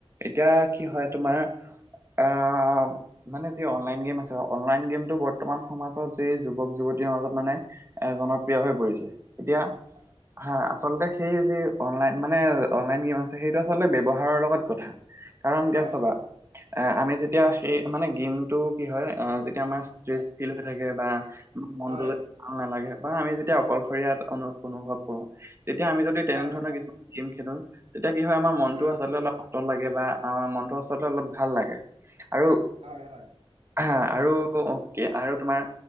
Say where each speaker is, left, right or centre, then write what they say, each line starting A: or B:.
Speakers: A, on the right (about 25°); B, on the right (about 80°).
A: এতিয়া কি হয় তোমাৰ আহ মানে অনলাইন গেম আছে অনলাইন গেমটো বৰ্তমান সমাজত যে যুৱক যুৱতীৰ মাজত মানে এ জনপ্ৰিয় হৈ পৰিছে এতিয়া
B: হয়
A: হা আচলতে সেই যি অনলাইন মানে অনলাইন গেম আছে সেইটো আচলতে ব্যৱহাৰৰ লগত কথা কাৰণ এতিয়া
B: অ
A: চাবা এ আমি যেতিয়া সেই মানে গেমটো কি হয় অ যেতিয়া আমাৰ ষ্ট্ৰেচ ফিল হৈ থাকে বা মনটো
B: হয়
A: ভাল নালাগে বা আমি যেতিয়া অকলশৰীয়া অনু অনুভৱ কৰো তেতিয়া আমি যদি তেনেধৰণৰ
B: অ
A: কিছু গেম খেলো তেতিয়া কি হয় আমাৰ মনতো
B: উম
A: আচলতে অলপ নতন লাগে বা অ মনটো সচতে অলপ ভাল লাগে আৰু
B: হয় হয়।
A: হা আৰু অ কি আৰু তোমাৰ